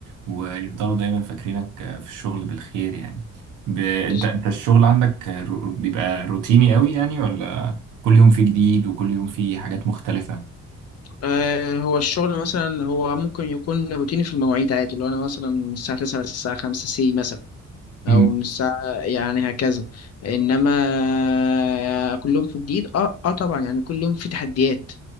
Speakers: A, on the right (about 85°); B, on the left (about 55°).
A: ويفضلوا دايما فاكرينك في الشغل بالخير يعني ب... أنت
B: بز-
A: أنت الشغل عندك رو... بيبقى روتيني أوي يعني ولا كل يوم فيه جديد وكل يوم فيه حاجات مختلفة؟
B: آه، هو الشغل مثلا هو ممكن يكون روتيني في المواعيد عادي لو انا مثلا من الساعة 9 للساعة 5 سي مثلا
A: امم
B: او من الساعة يعني هكذا انما كل يوم في جديد اه اه طبعا يعني كل يوم في تحديات